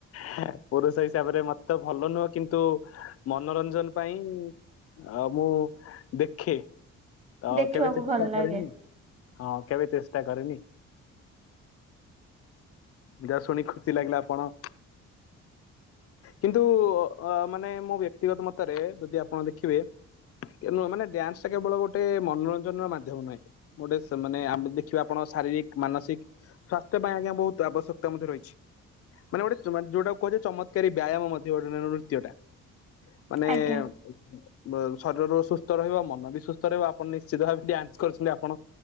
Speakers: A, on the left; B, on the right.
A: ହେ। ପୁରୁଷ ହିସାବରେ ମତେ ଭଲ ନୁହଁ କିନ୍ତୁ ମନୋରଞ୍ଜନ ପାଇଁ। ଆଉ ମୁଁ ଦେଖେ ତ
B: ଦେଖିବାକୁ
A: କେବେ ଚେଷ୍ଟା
B: ଭଲ ଲାଗେ
A: କରେନି। ହଁ କେବେ ଚେଷ୍ଟା କରିନି। ଯାହା ଶୁଣି ଖୁସି ଲାଗିଲା ଆପଣ। କିନ୍ତୁ ଅ ଅ ମାନେ ମୋ ବ୍ୟକ୍ତିଗତ ମତରେ ଯଦି ଆପଣ ଦେଖିବେ। ତେ ନୁହ ମାନେ ଡ୍ୟାନ୍ସ ଟା କେବଳ ଗୋଟେ ମନୋରଞ୍ଜନର ମାଧ୍ୟମ ନୁହେଁ। ଗୋଟେ ସେ ମାନେ ଆମେ ଦେଖିବା ଆପଣ ଶାରୀରିକ, ମାନସିକ ସ୍ଵାସ୍ଥ୍ୟ ପାଇଁ ଆଜ୍ଞା ବହୁତ। ତ ଆବଶ୍ୟକତା ମଧ୍ୟ ରହିଛି। ମାନେ ଗୋଟେ ଯୋଉଟାକୁ କୁହାଯାଏ ଚମତ୍କାରୀ ବ୍ୟାୟାମ ମଧ୍ୟ ଗୋଟେ <unintelligible> ନୃତ୍ୟ ଟା ମାନେ।
B: ଆଜ୍ଞା।
A: ଅ ବ ବ ଶରୀର ବି ସୁସ୍ଥ ରହିବ ମନ ବି ସୁସ୍ଥ ରହିବ ଆପଣ ନିଶ୍ଚିତ ଭାବେ ଡ୍ୟାନ୍ସ କରିଛନ୍ତି ଆପଣ।